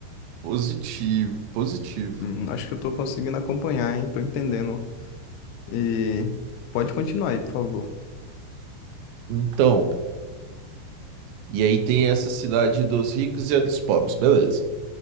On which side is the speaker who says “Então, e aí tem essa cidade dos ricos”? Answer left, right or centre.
Right